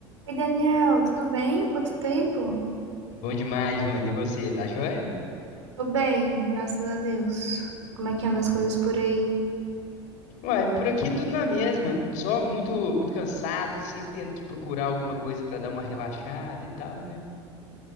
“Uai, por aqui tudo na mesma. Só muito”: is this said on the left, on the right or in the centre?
Left